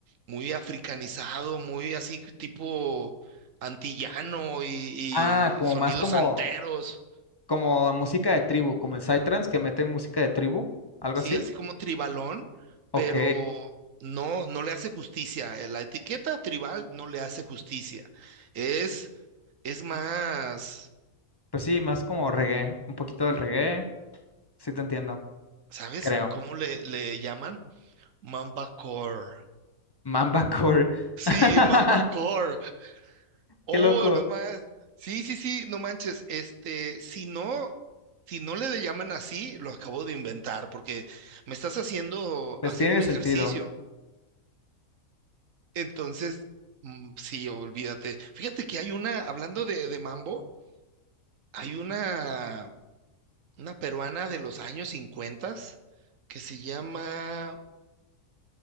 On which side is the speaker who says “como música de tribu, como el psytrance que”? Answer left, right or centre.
Left